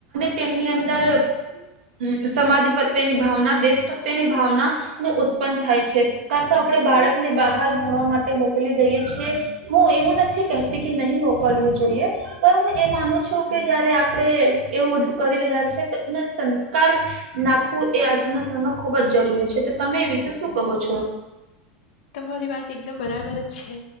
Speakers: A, on the right; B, on the left.
A: તેમની અંદર હ્મ સમાજ પ્રત્યેની ભાવના, દેશ પ્રત્યેની ભાવના નું ઉત્પન્ન થાય છે. કા તો આપણે બાળકને બહાર ભણવા માટે મોકલી દઈએ છીએ. હું એવું નથી કહેતી કે નહી મોકલવું જોઈએ. પણ, હું એ માનું છું કે, જયારે આપળે એવું બધું કરી રહ્યા છે, તો એના સન્સ કાર નાખવું એ આજના સમયમાં ખુબ જ જરૂરી છે. તો તમે એ વિશે શું કહો છો?
B: તમારી વાત એકદમ બરાબર જ છે